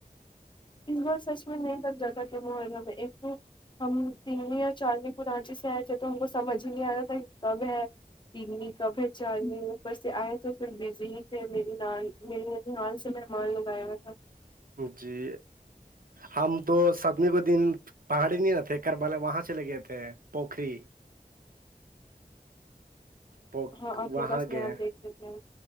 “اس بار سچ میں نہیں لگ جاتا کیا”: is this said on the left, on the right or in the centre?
Left